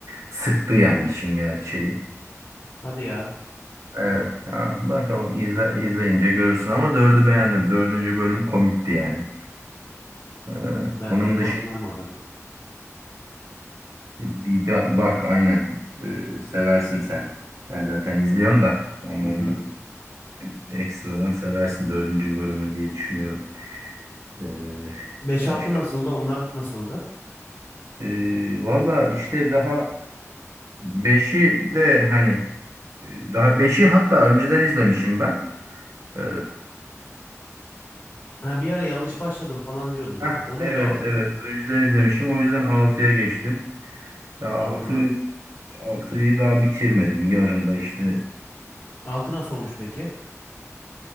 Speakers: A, on the right; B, on the left.
A: Sıktı yani işin gerçeği.
B: Hadi ya.
A: Evet. Ha, bakalım izle, izleyince görürsün ama dördü beğendim. Dördüncü bölüm komikti yani. Ee,
B: Ben
A: onun
B: de bir
A: dışı
B: bakayım olmadı.
A: bir ba- bak aynen Ee, seversin sen. Sen zaten izliyorsun da hmm,
B: Hı hı.
A: ekstradan seversin dördüncü bölümü diye düşünüyorum. Ee,
B: 5-6
A: başka?
B: nasıldı? Onlar nasıldı?
A: Ee, valla işte daha beşi de hani e, daha beşi hatta önceden izlemişim ben. Ee,
B: Ha bir ara yanlış başladım falan diyordun.
A: heh,
B: O muydu
A: evet
B: o?
A: evet önceden izlemişim o yüzden altıya geçtim. altı
B: Anladım.
A: Altıyı daha bitirmedim. Yarım da işte.
B: Altı nasıl olmuş peki?